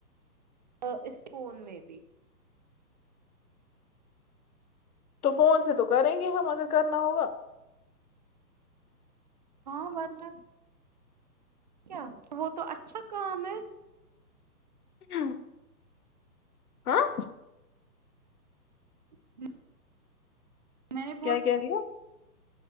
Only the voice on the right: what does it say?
آ اس فون میں بھی
ہاں ورنہ کیا وہ تو اچھا کام ہے
<inaudible> میں نے بولا